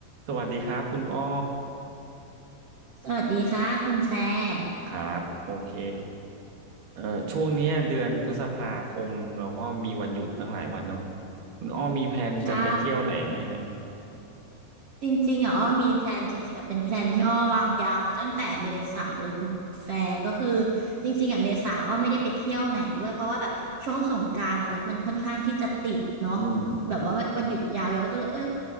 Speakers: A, on the right; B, on the right.
A: สวัสดีครับคุณอ้อ
B: สวัสดีค่ะคุณแฟร์
A: ครับโอเคเอ่อช่วงเนี้ยเดือนพฤษภาคมเราก็มีวันหยุดตั้งหลายวันเนาะคุณอ้อมีแผนจะไปเที่ยวไหนไหมฮะ
B: ใช่จริงๆอ่ะอ้อมีแพลนจริงๆอ่ะเป็นแพลนที่อ้อวางยาวมาตั้งแต่เมษาเลยคุณแฟร์ก็คือจริงๆอ่ะเมษาอ้อไม่ได้ไปเที่ยวไหนด้วยเพราะว่าแบบช่วงสงกรานต์อ่ะรถมันค่อนข้างที่จะติดเนาะ
A: อืม
B: แบบว่าวันหยุดยาวเยอะก็เลยเอ้ย